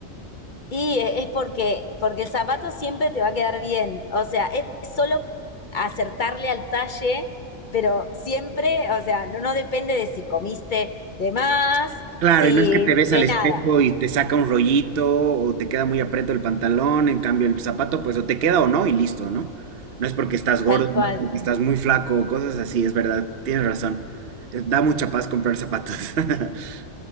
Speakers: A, on the left; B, on the right.
A: Y eh, es porque, porque el zapato siempre te va a quedar bien. O sea, es es solo acertarle al talle, pero siempre, o sea, no, no depende de si comiste de más,
B: Claro,
A: si
B: y no es que te
A: de
B: ves al espejo
A: nada,
B: y te saca un rollito o te queda muy aprieto el pantalón, en cambio el zapato pues o te queda o no y listo, ¿no? No es porque estás gordo,
A: tal cual.
B: no es porque estás muy flaco, cosas así, es verdad, tienes razón. Eh, Da mucha paz comprar zapatos. <laughs>